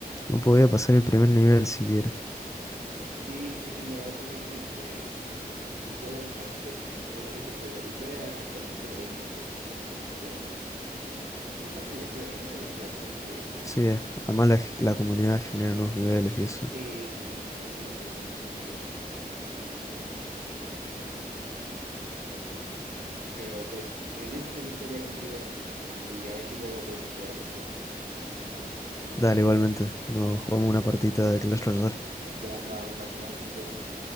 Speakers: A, on the left (about 20°); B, on the right (about 75°).
A: no podía pasar el primer nivel siquiera.
B: Sí, sí, sí, la verdad también me, me, me vició bastante fue ese juego. Y todavía actualmente le doy uno que otro intento a unos niveles. Y está muy divertido, está muy divertido, todavía está divertido.
A: Sí, además la, la comunidad genera nuevos niveles y eso.
B: Sí, sí, sí, sí, sí, eso es lo que lo mantiene vivo, si no, pues, pues no. Pero pues me dio mucho gusto hablar contigo y a ver si luego podemos jugar juntos.
A: Dale, igualmente, nos jugamos una partita de Clash Royale.
B: Bra- Va, va que va, nos vemos.